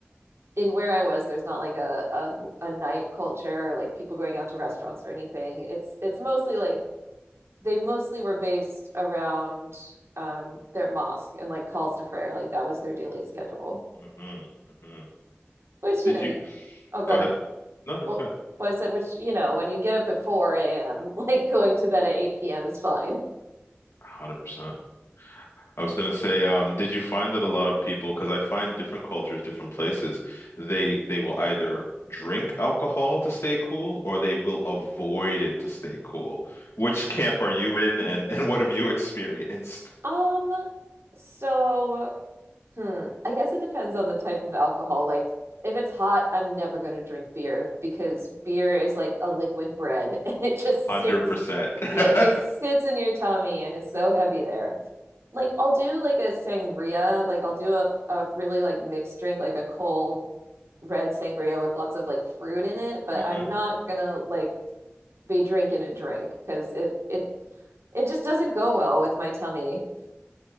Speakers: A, on the right (about 85°); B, on the left (about 85°).
A: in where I was, there's not like a, a a night culture or like people going out to restaurants or anything. It's it's mostly like they mostly were based around um their mosque and like calls to prayer. Like that was their daily schedule.
B: hmm hmm
A: Which,
B: Did
A: you know,
B: you
A: oh go
B: go ahead?
A: ahead.
B: No, no, you
A: Well,
B: go ahead.
A: well I said, which, you know, when you get up at 4 a.m., <laughs> like going to bed at 8 p.m. is fine.
B: 100%. I was going to say, um, did you find that a lot of people, because I find different cultures, different places, they they will either drink alcohol to stay cool or they will avoid it to stay cool. Which camp are you in and, <laughs> and what have you experienced?
A: Um, so Hmm. I guess it depends on the type of alcohol. Like, if it's hot, I'm never going to drink beer because beer is like a liquid bread <laughs> and it just
B: 100%.
A: sits.
B: percent
A: Yeah, it just sits in your tummy and is so heavy there. Like, I'll do like a sangria. Like, I'll do a, a really like mixed drink, like a cold red sangria with lots of like fruit in it, but
B: <laughs>
A: I'm not gonna like be drinking a drink because it it it just doesn't go well with my tummy.